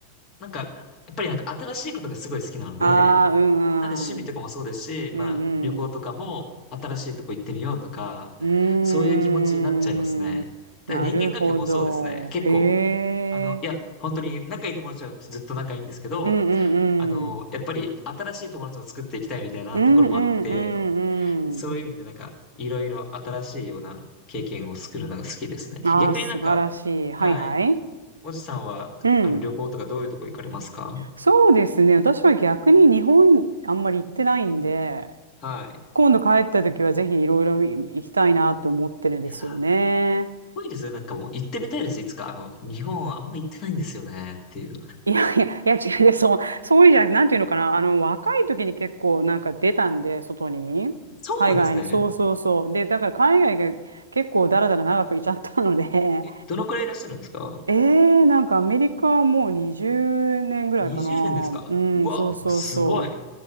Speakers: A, on the left (about 35°); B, on the right (about 75°).
A: なんか、やっぱりなんか新しいことがすごい好きなので、
B: ああ、うん、
A: なんで趣味とかもそうですし、
B: うん。
A: まあ旅行とかも新しいとこ行ってみようとか、
B: うんうん。うー
A: そういう気持ちになっちゃいますね。
B: ん。
A: だから人間関係もそうですね。
B: なるほど。
A: 結構、
B: へえ。
A: あの、いや、本当に仲いい友達はずっと仲いいんですけど、
B: うんうんうん。
A: あの、やっぱり新しい友達も作っていきたいみたいなところもあって、
B: うんうんうんうん。
A: そういう意味でなんか、いろいろ新しいような経験を作るのが好きですね。
B: ああ、
A: 逆になんか、
B: 素晴らしい。はいはい。
A: はい。おじさんは、
B: うん。
A: あの、旅行とかどういうとこ行かれますか
B: そうですね。私は逆に日本あんまり行ってないんで、
A: はい。
B: 今度帰った時はぜひいろいろ行きたいなって思ってるんですよね。
A: いやー、ぽいいですね。なんかもう行ってみたいです。いつか。あの、日本あんま行ってないんですよね。っていう。
B: いやいや、いや違うで、そう、そういうんじゃなくて、なんていうのかな。あの、若い時に結構なんか出たんで、外に。
A: そうなんですね。
B: 海外に。そうそうそう。で、だから海外が結構だらだら長くいちゃったので、
A: え、どのくらいいらっしゃるんですか
B: ええなんかアメリカはもう20年ぐらいかな。
A: ?20 年ですかうわ、
B: うん、そうそうそ
A: もうすごい。